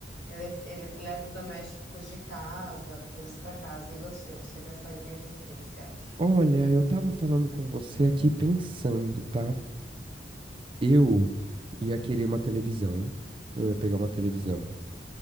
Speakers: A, on the left; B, on the right.
A: ele- ele- eletrodomésticos de casa, coisas para casa. E você, você gastaria com o que, você acha?
B: Olha, eu tava falando com você aqui pensando, tá? Eu ia querer uma televisão. Eu ia pegar uma televisão,